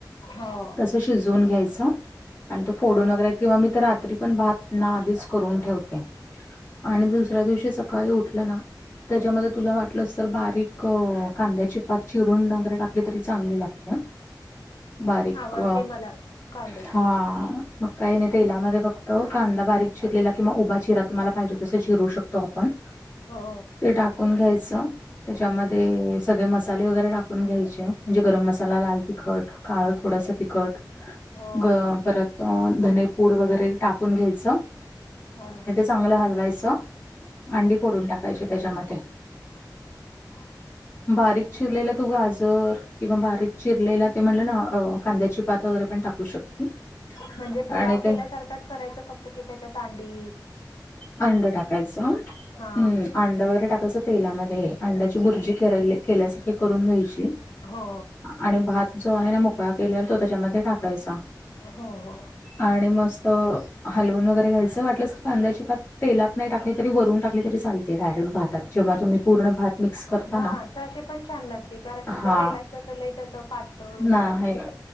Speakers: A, on the left; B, on the left.
A: हो
B: तसं शिजवून घ्यायचं आणि तो फोडून
A: हो
B: वगैरे किंवा मी तर रात्री पण भात ना, आधीच करून ठेवते. आणि दुसऱ्या दिवशी सकाळी उठलं ना, तेच्यामध्ये तुला वाटलंस तर बारीक क कांद्याची पात चिरून वगैरे टाकली तरी चांगली लागत्या. बारीक
A: आवडते मला कांद्याची
B: हा
A: पात
B: काही नाही तेलामध्ये फक्त कांदा बारीक चिरलेला किंवा उभा चिरा तुम्हाला पाहिजे तस चिरू शकतो आपण.
A: हो
B: ते टाकून घ्यायच. तेच्यामध्ये सगळे मसाले वगैरे टाकून घ्यायचे. म्हणजे गरम मसाला लाल तिखट काळ थोडास तिखट
A: हो
B: ग परत धने पूड वगैरे टाकून घ्यायच.
A: हो ना
B: चांगलं हलवायच. अंडी
A: हं.
B: फोडून टाकायची तेच्यामध्ये.
A: <inaudible>
B: बारीक चिरलेला तो गाजर. किंवा बारीक चिरलेला ते म्हटलं ना अ कांद्याची पात वगैरे पण टाकू शकते.
A: म्हणजे पुलाव
B: आणि
A: केल्यासारखाच
B: ते
A: करायचा. फक्त कि तेच्यात अंडी
B: अंड टाकायच. अ
A: हा
B: अंड वगैरे टाकायच. तेलामध्ये अंड्याची बुर्जी कराले केल्यासारखी करून घ्यायची.
A: हो
B: आणि भात जो आहे, ना मोकळा केलेला तो तेच्यामध्ये टाकायचा.
A: हो हो
B: आणि मस्त हलवून वगैरे घ्यायच. वाटल्यास कांद्याची पात तेलात नाही टाकली तरी वरून टाकली तरी चालते डायरेक्ट भातात. जेव्हा तुम्ही पूर्ण भात मिक्स करता
A: हा
B: ना
A: तशी पण छान लागते कारण
B: हा
A: ते तेलात कसं लई तसं पातळ होऊन
B: नाही
A: जाते ती